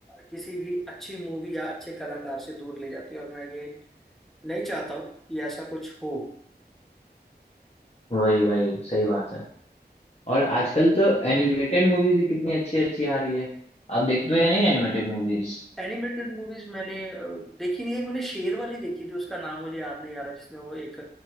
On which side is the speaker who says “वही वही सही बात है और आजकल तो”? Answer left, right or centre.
Left